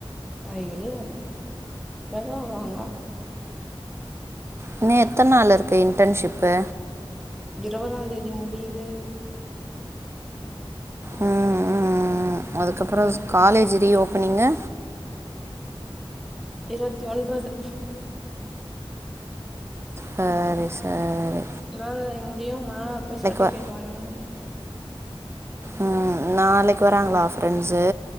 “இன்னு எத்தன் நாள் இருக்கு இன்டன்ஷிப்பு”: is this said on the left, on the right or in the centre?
Right